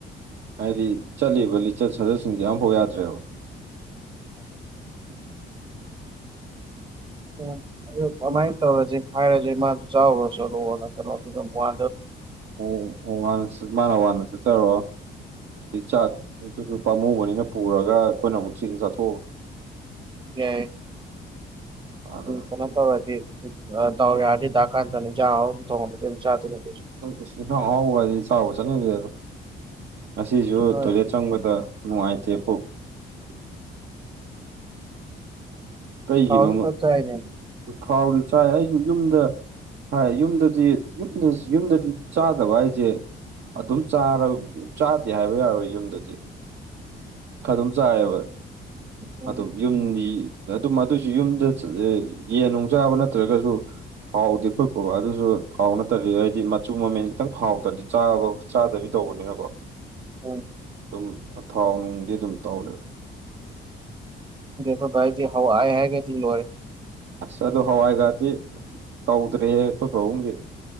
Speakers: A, on the right; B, on the right.
A: ꯍꯥꯏꯗꯤ ꯆꯠꯂꯤꯕ ꯂꯤꯆꯠ ꯁꯥꯖꯠꯁꯤꯡꯁꯦ ꯌꯥꯝꯐꯥꯎ ꯌꯥꯗ꯭ꯔꯦꯕ
B: <inaudible> ꯎꯝ ꯑꯗꯨ ꯑꯗꯨꯃꯥꯏꯅ ꯇꯧꯔꯁꯤ ꯍꯥꯏꯔꯁꯤ ꯃꯥꯗꯨ ꯆꯥꯎꯔꯨꯔꯁꯨ ꯂꯣꯅ ꯀꯩꯅꯣ ꯑꯗꯨꯗ ꯋꯥ
A: ꯑꯣ ꯋꯥꯟꯁ ꯃꯥꯅ ꯋꯥꯟꯁ ꯆꯂꯣ ꯑꯩ ꯆꯥꯛꯠꯇꯨꯁꯨ ꯄꯥꯝꯃꯨꯕꯅꯤꯅ ꯄꯨꯔꯒ ꯑꯩꯈꯣꯏꯅ ꯑꯃꯨꯛ ꯆꯁꯤ ꯆꯠꯊꯣꯛ
B: ꯌꯥ
A: ꯑꯗ
B: ꯊꯅ ꯐꯗꯤ ꯇ ꯌꯥꯗꯗꯤ ꯗꯥꯛꯀꯥꯟ ꯇꯅꯤꯖ ꯇ ꯆꯥꯅꯤ
A: ꯁ ꯌꯦꯟꯁꯥꯡ ꯍꯍꯥꯎꯕ ꯍꯥꯏꯗꯤ ꯆꯥꯎꯕ ꯆꯠꯅꯤꯡꯗ꯭ꯔꯦ ꯑꯗꯣ ꯉꯁꯤꯁꯨ
B: ꯍꯣꯏ
A: ꯇꯣꯏꯂꯦꯠ ꯆꯪꯕꯗ ꯅꯨꯡꯉꯥꯏꯇꯦ ꯄꯨꯣꯛ
B: <inaudible>
A: ꯀꯩꯒꯤꯅꯣ
B: ꯊꯥꯎꯗꯤ ꯐꯖꯅ ꯆꯥꯏꯅꯦ
A: ꯐꯥꯎꯔꯤ ꯆꯥꯏ ꯑꯩꯁꯨ ꯌꯨꯝꯗ ꯍꯥꯏ ꯌꯨꯝꯗꯗꯤ ꯌꯨꯝꯗ ꯌꯨꯝꯗꯗꯤ ꯆꯥꯗꯕ ꯍꯥꯏꯁꯦ ꯑꯗꯨꯝ ꯆꯥꯗꯦ ꯍꯥꯏꯕ ꯌꯥꯔꯣꯏ ꯌꯨꯝꯗꯗꯤ ꯑꯗꯨꯝ ꯆꯥꯏꯌꯦꯕ
B: ꯎꯝ
A: ꯑꯗꯨꯝ ꯌꯨꯝꯒꯤ ꯑꯗꯨ ꯃ ꯑꯗꯨꯁꯨ ꯌꯨꯝꯗ ꯌꯦꯟ ꯅꯨꯡ ꯆꯥꯕ ꯅꯠꯇ꯭ꯔꯒꯁꯨ ꯊꯥꯎꯗꯤ ꯈꯣꯠꯄꯕ ꯑꯗꯨꯁꯨ ꯐꯥꯎ ꯅꯠꯇꯕꯤ ꯍꯥꯏꯗꯤ ꯃꯆꯨ ꯃꯃꯦꯟ ꯈꯤꯇꯪ ꯐꯥꯎꯗ꯭ꯔꯗꯤ ꯆꯥꯕ ꯆꯥꯗꯕꯤ ꯇꯧꯕꯅꯤꯅꯀꯣ
B: ꯍꯣꯏ
A: ꯑꯗꯨꯝ ꯊꯥꯎ ꯅꯨꯡꯗꯤ ꯑꯗꯨꯝ ꯇꯧꯔꯦꯕ
B: ꯦꯣ ꯚꯥꯏꯗꯤ ꯍꯋꯥ ꯍꯥꯏꯒ ꯂꯣꯏꯦ
A: ꯑꯁ ꯑꯗꯣ ꯍꯋꯥꯏ ꯔꯗꯤ ꯇꯧꯗ꯭ꯔꯦꯍꯦ ꯑꯩꯈꯣꯏ ꯐꯥꯕꯨꯡꯒꯤ